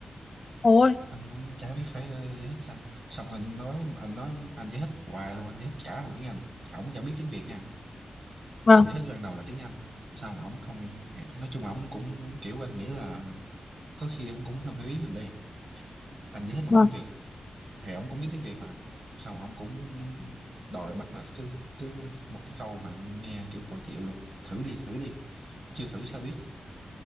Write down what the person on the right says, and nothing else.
anh cũng chả biết phải ờ, giải thích sao xong anh nói anh nói anh giải thích hoài luôn anh giải thích cả bằng tiếng Anh ổng chẳng biết tiếng Việt nha
anh giải thích ban đầu là tiếng Anh xong ổng không hiểu nói chung ổng cũng kiểu anh nghĩ là có khi ổng cũng không hiểu ý mình đi anh giải thích bằng
tiếng Việt thì ổng cũng biết tiếng Việt mà xong ổng cũng đòi bắt là cứ cứ một cái câu mà anh nghe kiểu khó chịu luôn thử đi thử đi chưa thử sao biết